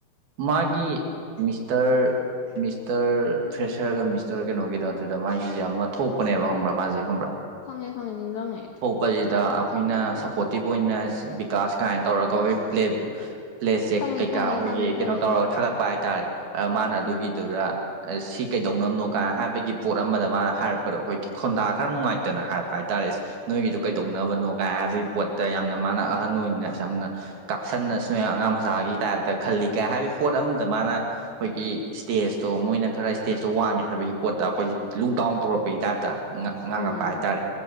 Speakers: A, on the right; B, on the left.
A: ꯃꯥꯒꯤ ꯃꯤꯁꯇꯔ ꯃꯤꯁꯇꯔ ꯐ꯭ꯔꯦꯁꯔꯒ ꯃꯤꯁꯇꯔ ꯀꯩꯅꯣꯒꯤꯗ ꯑꯗꯨꯗ ꯃꯥꯒꯤꯁꯦ ꯌꯥꯝ ꯑꯃ ꯊꯣꯛꯄꯅꯦꯕ ꯈꯪꯕ꯭ꯔꯥ ꯃꯥꯁꯦ ꯈꯪꯕ꯭ꯔꯥ
B: ꯈꯪꯉꯦ ꯈꯪꯉꯦ ꯅꯤꯡꯁꯤꯡꯪꯉꯦ
A: ꯊꯣꯛꯄꯁꯤꯗ ꯑꯩꯈꯣꯏꯅ ꯁꯞꯄꯣꯔꯇꯤꯞ ꯑꯣꯏꯅ ꯕꯤꯀꯥꯁ ꯀꯥꯏꯅ ꯇꯧꯔꯒꯣꯏ ꯄ꯭ꯂꯦ ꯄ꯭ꯂꯦ ꯆꯦꯛ
B: ꯈꯪꯉꯦ
A: ꯀꯩꯀꯥ
B: ꯈꯪꯉꯦ
A: ꯑꯩꯈꯣꯏꯒꯤ
B: ꯈꯪꯉꯦ ꯈꯪꯉꯦ
A: ꯀꯩꯅꯣ ꯇꯧꯔꯒ ꯊꯥꯒꯠꯄ ꯍꯥꯏ ꯇꯥꯔ ꯃꯥꯅ ꯑꯗꯨꯒꯤꯗꯨꯗ
B: ꯎꯝ
A: ꯁꯤ ꯀꯩꯗꯧꯅꯕꯅꯣ ꯀꯥꯏ ꯍꯥꯏꯕꯒꯤ ꯄꯣꯠ ꯑꯃꯗ ꯃꯥꯅ ꯍꯥꯏꯔꯛꯄꯗꯣ ꯑꯩꯈꯣꯏꯒꯤ ꯈꯣꯟꯗꯥ ꯈꯔ ꯅꯨꯡꯉꯥꯏꯇꯅ ꯍꯥꯏꯔꯛꯄ ꯍꯥꯏꯇꯥꯥꯔꯦ ꯅꯣꯏꯒꯤꯁꯨ ꯀꯩꯗꯧꯅꯕꯅꯣ ꯀꯥꯏ ꯍꯥꯏꯕꯗꯤ ꯄꯣꯠꯇ ꯌꯥꯝꯅ ꯃꯥꯅ ꯑꯍꯟ ꯑꯣꯏꯅ ꯌꯥꯝꯅ ꯀꯥꯛꯁꯟꯅ ꯁ ꯑꯉꯥꯡ ꯃꯁꯆꯥꯒꯤ ꯇꯥꯏꯞꯇ ꯈꯜꯂꯤ ꯀꯥꯏ ꯍꯥꯏꯕꯒꯤ ꯄꯣꯠ ꯑꯝꯗ ꯃꯥꯅ ꯑꯩꯈꯣꯏꯒꯤ ꯁ꯭ꯇꯦꯖꯇꯣ ꯃꯣꯏꯅ ꯈꯔ ꯏꯁ꯭ꯇꯦꯖꯇꯣ ꯋꯥꯡꯉꯦ ꯍꯥꯏꯕꯒꯤ ꯄꯣꯠꯇ ꯑꯩꯈꯣꯏꯁꯦ ꯂꯨ ꯗꯥꯎꯟ ꯇꯧꯔꯛꯄꯒꯤ ꯇꯥꯏꯞꯇ ꯉ ꯉꯥꯡꯉꯛꯄ
B: ꯎꯝ
A: ꯍꯥꯏꯇꯥꯔꯦ